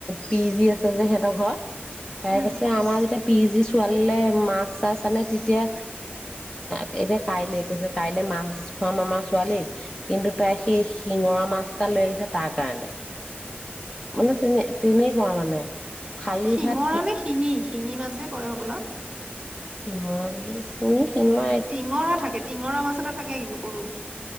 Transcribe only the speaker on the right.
উম
শিঙৰা
নে শিঙি। শিঙি মাছে কয় হব বলা।
টিঙৰা থাকে টিঙৰা মাছ এটা থাকে কিন্তু। সৰু